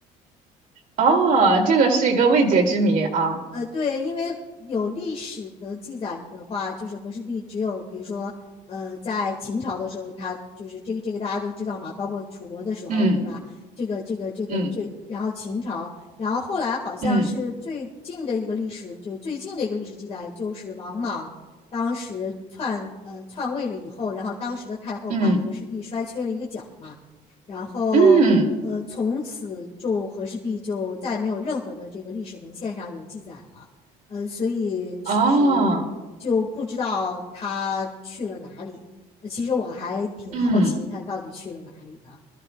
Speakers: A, on the right; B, on the left.
A: 哦，这个是一个未解之谜啊。
B: 呃，对，因为有历史的记载的话，就是和氏璧只有比如说，呃，在秦朝的时候，它就是这个这个大家都知道嘛，包括楚国的时候，
A: 嗯
B: 对吧？这个这个这个这，
A: 嗯
B: 然后秦朝，然后后来好像是最近的一个历史，
A: 嗯
B: 就是最近的一个历史记载，就是王莽当时篡呃篡位了以后，然后当时的太后把和氏璧摔缺了一个角嘛。
A: 嗯
B: 然后呃，
A: 嗯，
B: 从此就和氏璧就再没有任何的这个历史文献上有记载了。呃，所以其实就不知道他去了哪里。
A: 哦，
B: 呃，其实我还挺好奇他到底去了哪里的。
A: 嗯